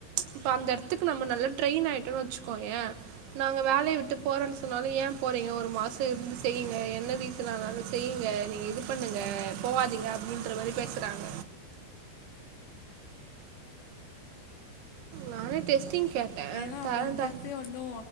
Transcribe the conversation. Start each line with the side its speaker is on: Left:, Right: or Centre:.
Right: இப்ப அந்த எடத்துக்கு நம்ம நல்லா ட்ரெயின் ஆயிட்டோன்னு வெச்சுகோயே நாங்க வேலைய விட்டு போறோன்னு சொன்னாலு ஏ போறீங்க ஒரு மாசோ இருந்து செய்ங்க என்ன ரீசன்னாலு செய்யுங் இருங்க நீங்க இது பண்ணுங்க போவாதீங் அப்டின்ற மாரி பேசுறாங்க நானே டெஸ்டிங் கேட்டேன்
Left: ஏன்னா அப்றோ
Right: தரேன்
Left: திருப்பி
Right: தர
Left: வந்து